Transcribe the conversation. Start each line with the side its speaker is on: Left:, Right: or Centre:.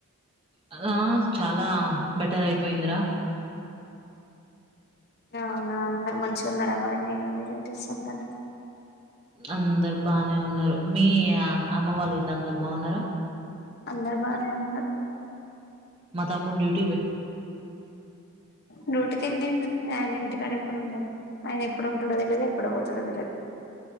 Right: అదా చాలా బెటర్ అయిపోయిందిరా,
Left: అవునా అందరు మంచిగా ఉన్నారా మరి మీ రిలేటివ్స్ అందరు,
Right: అందరు బానే ఉన్నారు మీ అమ్మ వాళ్ళు గిట్లా అందరు బావున్నారా?
Left: అందర్ బానే ఉన్నం
Right: మా తమ్ముడు డ్యూటీ
Left: డ్యూటీ కి వెళ్ళాండి ఆయన ఇంటికాడ ఎప్పుడు ఉండాల ఆయన ఎప్పుడు ఉంటాడో తెలిదు ఎప్పుడు పోతాడో తెలిదు,